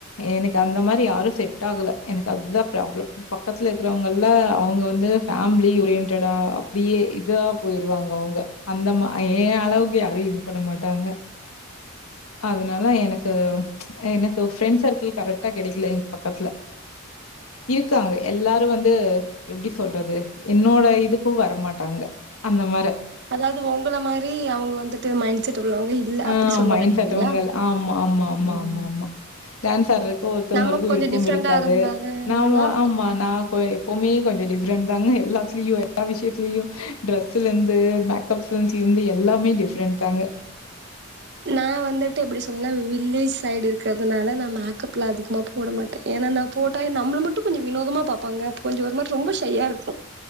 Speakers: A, on the left (about 80°); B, on the right (about 55°).
A: எனக்கு அந்த மாரி யாரு செட் ஆகல எனக்கு அதுதா பிராப்ளம் பக்கத்துல இருக்கறவங்கல்ல அவுங்க வந்து ஃபேமிலி ஒரியன்டடா அப்பிடியே இதா போயிருவாங்கங்க அவுங்க அந்த மா ஏ அளவுக்கு யாரு இது பண்ண மாட்டாங்க அதனால எனக்கு க் எனக்கு ஃபிரெண்ட் சர்க்கிள் கரெக்டா கெடைக்கல எங்க பக்கத்துல இருக்காங்க எல்லாரு வந்து எப்பிடி சொல்றது என்னோட இதுக்கு வரமாட்டாங்க அந்த மார
B: அதாவது உங்கள மாரி அவுங்க வந்துட்டு மைண்ட் செட் உள்ளவங்க இல்ல
A: ஆ
B: அப்டி சொல்ல
A: மைண்ட்
B: வரீங்களா
A: செட் உள்ளகள ஆமா அம்மா அம்மா
B: ம்
A: அம்மா அம்மா டேன்ஸ் ஆடர ஒவ்வொருத்தவங்களுக்கு
B: நம்ம கொஞ்சோ
A: விருப்பம்
B: டிஃப்ரெண்டா
A: இருக்காது
B: இருந்தாங்கன்னா
A: நாம ஆமா நா போ எப்பவுமே கொஞ்சோ டிஃப்ரெண் ப்பாங்க எல்லாத்துலியு எல்லா விஷியத்தலயு டிரெஸ்லந்து மேக்கப் சென்ஸ்ல இந்து எல்லாமே டிஃப்ரெண்ட் தாங்க
B: நா வந்துட்டு எப்பிடி சொன்ன வில்லேஜ் சைடு இருக்கிறதுனால நா மேக்கப்பில அதிகமாக போட மாட்டே ஏன்னா நா போட்டா நம்மள மட்டும் கொஞ்சோ வினோதமா ப்பாங்க அப்ப கொஞ்சம் ஒரு மாரி ரொம்ப ஷைய்யா இருக்கும்